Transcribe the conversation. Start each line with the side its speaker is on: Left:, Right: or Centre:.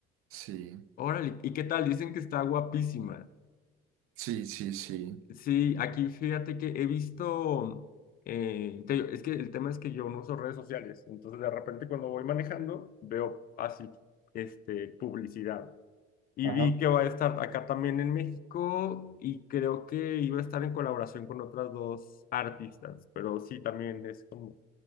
Right: Sí,
Left: Órale. ¿Y qué tal? Dicen que está guapísima.
Right: sí, sí, sí.
Left: Sí, aquí fíjate que he visto, eh, te digo, es que el tema es que yo no uso redes sociales, entonces de repente cuando voy manejando veo así, este, publicidad. Y
Right: Ajá.
Left: vi que va a estar acá también en México y creo que iba a estar en colaboración con otras dos artistas, pero sí, también es como